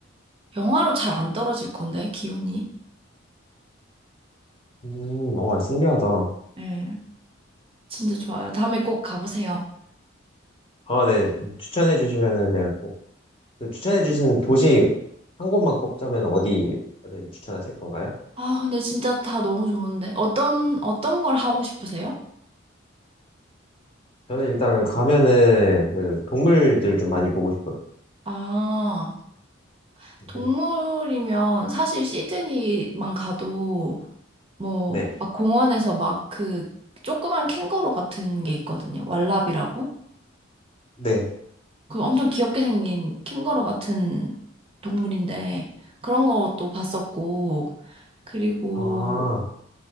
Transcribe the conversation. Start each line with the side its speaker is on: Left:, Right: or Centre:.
Right: 영하로 잘 안 떨어질 건데, 기온이.
Left: 음, 어 신기하다.
Right: 네. 진짜 좋아요. 다음에 꼭 가보세요.
Left: 아 네, 추천해 주시면은 그냥 꼭. 그 추천해 주신 도시 한 곳만 꼽자면 어디를 추천하실 건가요?
Right: 아, 근데 진짜 다 너무 좋은데. 어떤, 어떤 걸 하고 싶으세요?
Left: 저는 일단은 가면은 그 동물들 좀 많이 보고 싶어요.
Right: 아.
Left: 네.
Right: 동물이면 사실 시드니만 가도 뭐
Left: 네.
Right: 막 공원에서 막 그 조그만 캥거루 같은 게 있거든요. 왈라비라고.
Left: 네.
Right: 그 엄청 귀엽게 생긴 캥거루 같은 동물인데 그런 것도 봤었고 그리고
Left: 아,